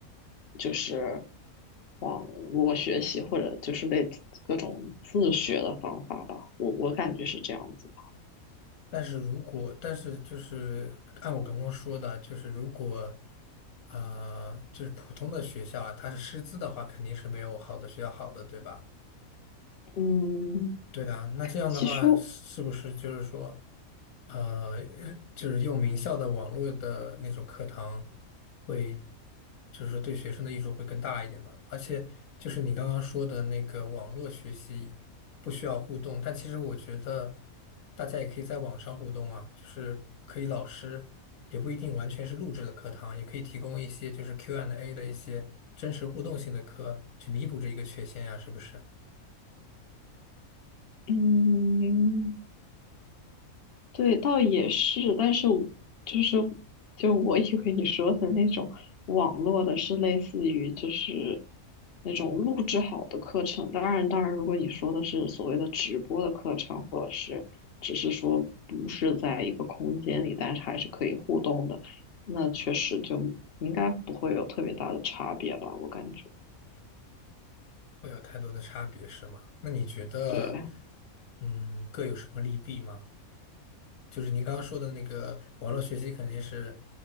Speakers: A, on the left (about 50°); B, on the left (about 70°).
A: 就是网络学习或者就是类似各种自学的方法吧，我我感觉是这样子。
B: 但是如果，但是就是按我刚刚说的，就是如果呃，就是普通的学校啊，它是师资的话，肯定是没有好的学校好的，对吧？
A: 嗯，
B: 对啊，那这样的话，
A: 其实
B: 是不是就是说，呃，就是用名校的网络的那种课堂会，就是说对学生的益处会更大一点呢？而且就是你刚刚说的那个网络学习不需要互动，但其实我觉得大家也可以在网上互动啊，就是可以老师也不一定完全是录制的课堂，也可以提供一些就是 Q&A 的一些真实互动性的课，去弥补这一个缺陷呀，是不是？
A: 嗯。对，倒也是，但是我就是就我以为你说的那种网络的是类似于就是那种录制好的课程，当然当然，如果你说的是所谓的直播的课程，或者是只是说不是在一个空间里，但是还是可以互动的，那确实就应该不会有特别大的差别吧，我感觉。
B: 会有太多的差别，是吗？那你觉得，
A: 对
B: 嗯，各有什么利弊吗？就是您刚刚说的那个网络学习肯定是